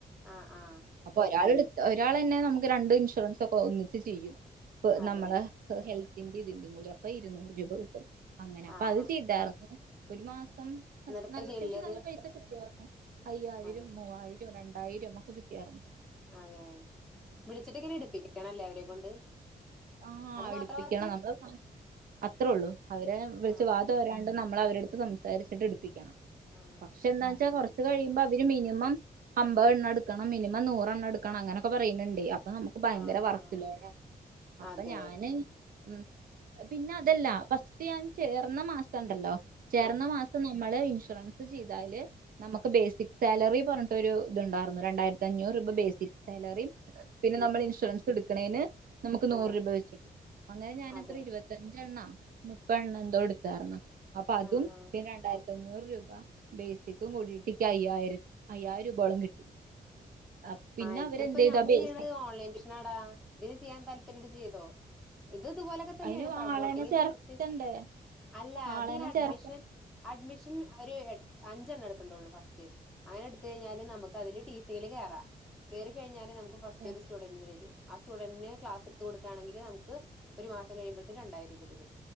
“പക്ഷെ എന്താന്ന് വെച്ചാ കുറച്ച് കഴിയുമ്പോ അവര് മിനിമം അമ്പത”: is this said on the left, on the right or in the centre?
Right